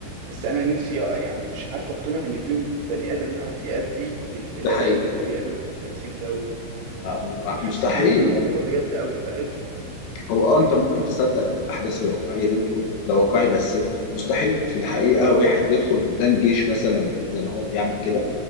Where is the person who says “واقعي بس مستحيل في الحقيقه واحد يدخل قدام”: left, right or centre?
Left